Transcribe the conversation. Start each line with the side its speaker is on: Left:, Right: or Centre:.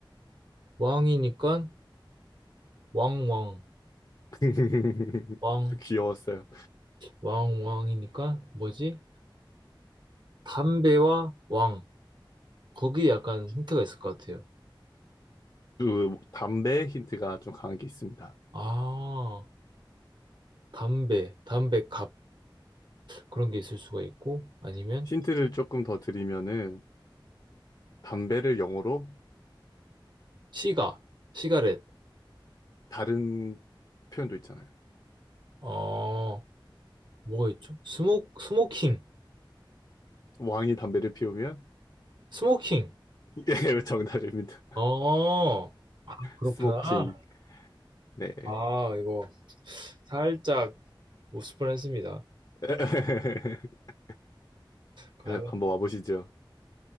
Right: 왕이니까 왕왕
Left: <laughs>
Right: 왕.
Left: 저 귀여웠어요.
Right: 왕왕이니까 뭐지? 담배와 왕. 거기에 약간 힌트가 있을 것 같아요.
Left: 그 담배 힌트가 좀 강하게 있습니다.
Right: 아, 담배, 담배갑 그런 게 있을 수가 있고 아니면
Left: 힌트를 조금 더 드리면은 담배를 영어로
Right: 시가, 시가렛.
Left: 다른 표현도 있잖아요.
Right: 어, 뭐가 있죠? 스모 스모킹,
Left: 왕이 담배를 피우면
Right: 스모킹.
Left: <laughs> 예, 정답입니다.
Right: 어, 그렇구나.
Left: 스모킹. 네.
Right: 아, 이거 살짝 웃을 뻔했습니다.
Left: <laughs>
Right: 그러면
Left: 한번 와보시죠.